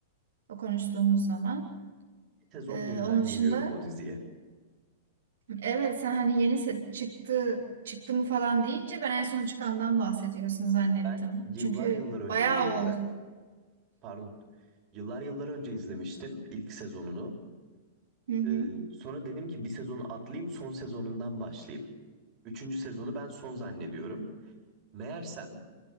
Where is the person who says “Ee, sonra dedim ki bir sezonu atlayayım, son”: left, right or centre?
Right